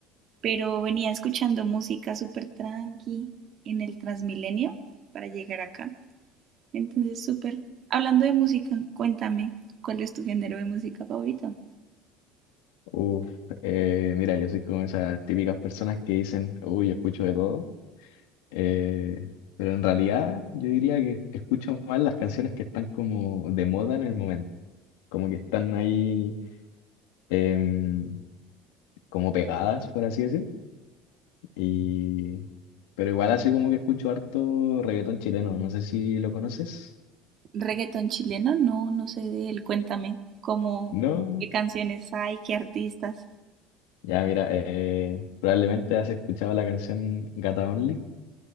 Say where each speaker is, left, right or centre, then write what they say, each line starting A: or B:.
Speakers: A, on the right; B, on the left.
A: pero venía escuchando música súper tranqui en el Transmilenio para llegar acá. Entonces, súper. Hablando de música, cuéntame, ¿cuál es tu género de música favorito?
B: Uf, eh, mira, yo soy como esas típicas personas que dicen, uy, yo escucho de todo, eh, pero en realidad yo diría que escucho más las canciones que están como de moda en el momento. como que están ahí em, como pegadas, por así decir. Y... Pero igual así como que escucho harto reggaetón chileno, no sé si lo conoces.
A: ¿Reggaetón chileno? No, no sé de él, cuéntame, ¿cómo,
B: No.
A: qué canciones hay, qué artistas?
B: Ya, mira, eh, probablemente has escuchado la canción Gata Only.